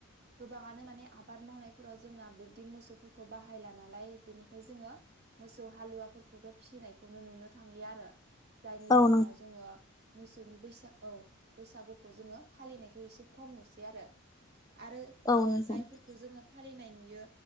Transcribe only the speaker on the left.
औ
नोंथां औ